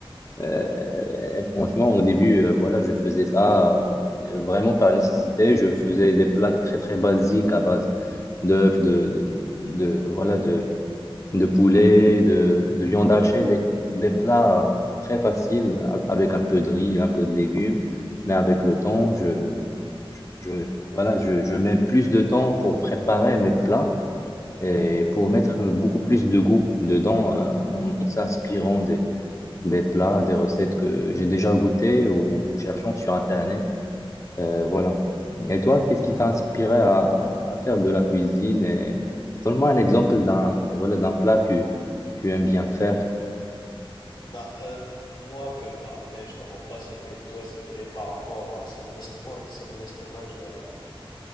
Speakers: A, on the left; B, on the left.
A: Euh, et franchement, au début, euh, voilà, je faisais ça euh, vraiment par nécessité. Je faisais des plats très très basiques à base d'œufs, de, de, de voilà de de poulet, de, de viande hachée, des, des plats très faciles a- avec un peu de riz, un peu de légumes. Mais avec le temps, je, je, je- voilà, je, je mets plus de temps pour préparer mes plats et pour mettre beaucoup plus de goût dedans euh, en, en s'inspirant des, des plats, des recettes que j'ai déjà goûtées ou en cherchant sur Internet. Euh, voilà. Et toi, qu'est-ce qui t'a inspiré à, à faire de la cuisine et donne-moi un exemple d'un voilà, d'un plat que tu aimes bien faire.
B: Bah, euh, moi, comme euh, après, je te mens pas, c'est comme toi, c'était par rapport à, c'est mon estomac, <laughs> c'est mon estomac qui a,